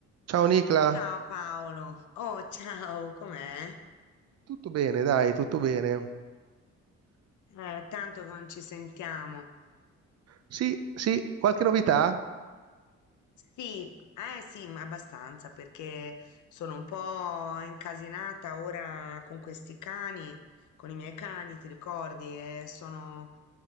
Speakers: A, on the right; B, on the left.
A: Ciao Nicla,
B: Ciao Paolo, oh ciao, com'è?
A: tutto bene, dai, tutto bene.
B: Eh, tanto che non ci sentiamo.
A: Sì, sì, qualche novità?
B: Sì, eh sì, ma abbastanza perché sono un po' incasinata ora con questi cani, con i miei cani, ti ricordi? E sono...